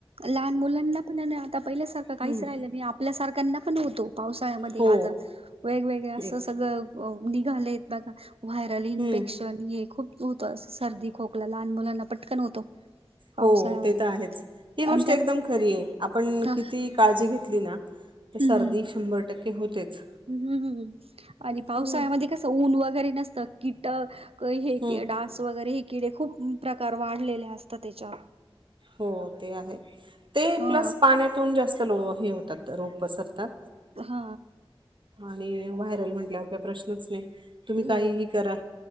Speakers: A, on the right; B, on the right.
A: लहान मुलांना पण आणि आता पहिल्या सारख आता काहीच
B: हम्म
A: राहिलं नाही आपल्या सारख्यांना पण होतो पावसाळ्यामध्ये
B: हो
A: आज वेगवेगळ असं
B: एक
A: सगळं अह निघालेत बघा व्हायरल इन्फेक्शन
B: हम्म
A: हे खूप होतो असं सर्दी खोकला लहान मुलांना पटकन होतो पावसाळ्यामध्ये
B: हो ते तर आहेच ही गोष्ट
A: आणि त्यात
B: एकदम खरी आहे आपण
A: हा
B: कितीही काळजी घेतली ना तर
A: हम्म
B: सर्दी शंभर टक्के होतेच
A: हम्म हम्म आणि पावसाळ्यामध्ये
B: हम्म
A: कस असं ऊन वगैरे नसत कीट अह
B: हम्म
A: डास स वगैरे हे किडे खूप प्रकार वाढलेले असतात त्याच्या
B: हो ते आहे ते
A: हा
B: प्लस पाण्यातून जास्त लो हे होतात रोग पसरतात
A: हा
B: आणि व्हायरल म्हटल्यावर काही प्रश्नच नाही तुम्ही
A: हम्म
B: काहीही करा